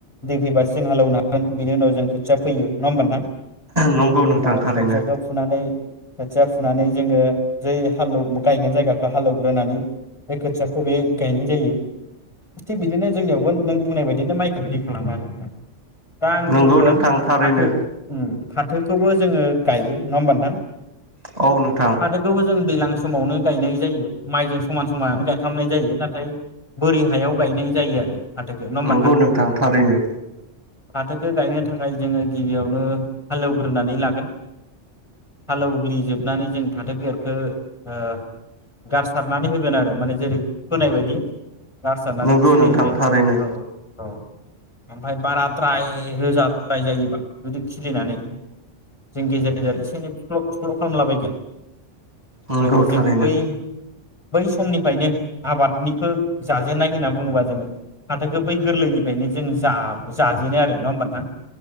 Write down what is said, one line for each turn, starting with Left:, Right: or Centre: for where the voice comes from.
Left: दै फैबासो जों हालेवनो हागोन बिनि उनाव जों खोथिया फैयो नङा होमबा नोंथां बिनि
Right: नंगौ नोंथां
Left: उनाव
Right: थारैनो
Left: खोथियाखौ फुनानै खोथिया फ फुनानै जोङो जै हाल गायगोन जायगाखौ हालौवग्रोनानै बे खोथियाखौ बे गायनाय जायो थिग बिदिनो जोंनियावबो नों बुंनाय बायदिनो माइखौ बिदि खालामा आरो दा आं
Right: नंगौ
Left: बुंगोन
Right: नोंथां थारैनो
Left: फाथो फाथोखौबो जोङो गायो नङा होमबा नोंथां
Right: औ नों
Left: फाथोखौबो जों दैज्लां समावनो गायनाय जायो माइजों समान समायानो गायफ्रामनाय जायो नाथाय बोरि हायाव गायनाय जायो आरो फाथोखौ नङा होमबा
Right: नंगौ नोंथां थारैनो
Left: फाथोखौ गायनो थाखाय जोङो गिबियावनो हालौग्रोनानै लागोन हालेवग्लिजोबनानै जों फाथो बेगरखो ओ गारसारनानै होगोन आरो माने जेरै फोनाय बायदि गारसारनानै
Right: नंगौ
Left: खिलिहोगोन
Right: नोंथां थारैनो
Left: औ औ ओमफ्राय बाराद्राय रोजाद्राय जायोबा गुदि खिलिनानै जों गेजेर गेजेर एसे एनै फुख्लब फुख्लब खालामलाबायगोन ओमफफ्राय
Right: नंगौ
Left: जोङ
Right: थारैनो
Left: बै बै समनिफ्रायनो आबादनिखौ जाजेननाय होनना बुङोबा जोङो फाथोखो बै गोरलैनिफ्रायनो जों जा-जाजेनो आरो नङा होमबा नोंथां